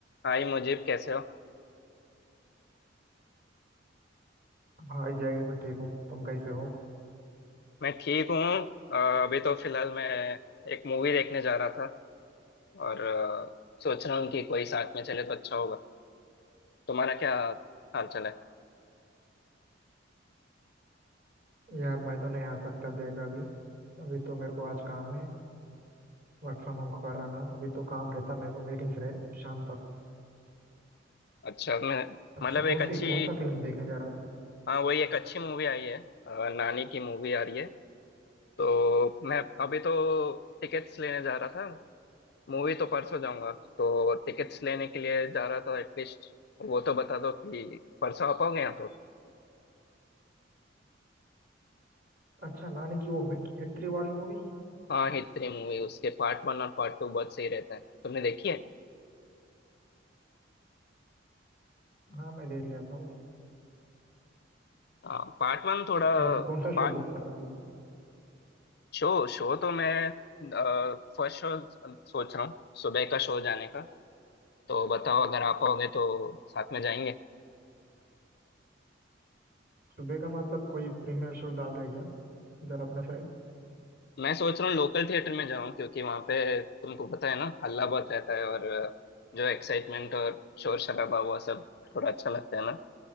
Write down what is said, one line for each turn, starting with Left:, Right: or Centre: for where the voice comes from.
Left: हाय मुजीब कैसे हो
Right: हाय जय मैं ठीक हूँ तुम कैसे हो
Left: मैं ठीक हूँ अ, अभी तो फिलहाल मैं एक मूवी देखने जा रहा था और अ, सोच रहा हूँ कि कोई साथ में चले तो अच्छा होगा तुम्हारा क्या हाल चाल है
Right: यार मैं तो नहीं आ सकता देख अभी अभी तो मेरे को आज काम है वर्क फ्रॉम होम कर रहा ना अभी तो काम रहता मेरे को मीटिंग्स रहे शाम तक
Left: अच्छा मैं
Right: अच्छा
Left: मतलब एक
Right: कौन
Left: अच्छी
Right: सी कौन सा फिल्म देखने जा रहा तू
Left: हाँ वही एक अच्छी मूवी आई है अ, नानी की मूवी आ रही है तो मैं अभी तो टिकट्स लेने जा रहा था मूवी तो परसों जाऊंगा तो टिकट्स लेने के लिए जा रहा था एटलीस्ट वो तो बता दो कि परसों आ पाओगे यहाँ तो
Right: अच्छा नानी की वो हिट हिटरी वाली मूवी
Left: हाँ हिटरी मूवी उसके पार्ट वन और पार्ट टू बहुत सही रहते हैं तुमने देखी है
Right: हाँ मैं देख लिया था वो
Left: हाँ पार्ट वन थोड़ा
Right: अच्छा तो कौन सा
Left: पार्ट
Right: शो बुक कर रहा है तुझे
Left: शो शो तो मैं फर्स्ट शो सोच रहा हूँ सुबह का शो जाने का तो बताओ अगर आप आओगे तो साथ में जाएंगे
Right: सुबह का मतलब कोई प्रीमियर शो डाल रही क्या इधर अपने साइड
Left: मैं सोच रहा हूँ लोकल थिएटर में जाऊँ क्योंकि वहाँ पे तुमको पता है ना हल्ला बहुत रहता है और अ, जो एक्साइटमेंट और शोर शराबा हुआ सब थोड़ा अच्छा लगता है ना